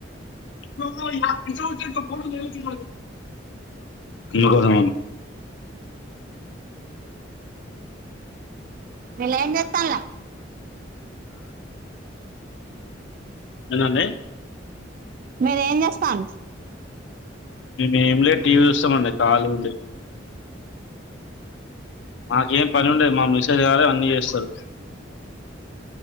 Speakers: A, on the left; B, on the right.
A: ముందుకు పోదామ
B: విల ఏం చేతన్లా
A: ఏం దండి
B: మీర ఏం జెస్తరు
A: మేము ఏమి లేదు టీవీ చూస్తామండి కాలి ఉండి మాకేం పని ఉండది మా మిసేజ్ గారే అన్నీ జెస్తారు